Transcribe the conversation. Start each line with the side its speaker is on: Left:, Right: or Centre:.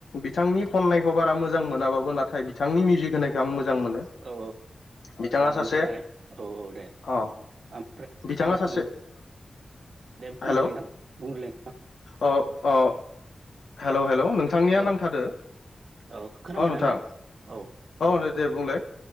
Left: बिथांनि खननायखौ बारा मोजां मोनाबाबो नाथाय बिथांनि मिउजिक होनायखौ आं मोजां मोजां मोनो
Right: औ
Left: बिथाङा
Right: ओमफ्राय
Left: सासे
Right: औ औ दे
Left: अ
Right: आं
Left: बिथाङा सासे
Right: नों दे बुंग्रोलाय
Left: हेलौ
Right: नोंथां बुंग्रोलाय
Left: अ अ हेलौ हेलौ नोंथांनिया
Right: औ
Left: नांथादो
Right: औ खोनाबायना
Left: अ नोंथां
Right: औ
Left: अ नो दे बुंलाय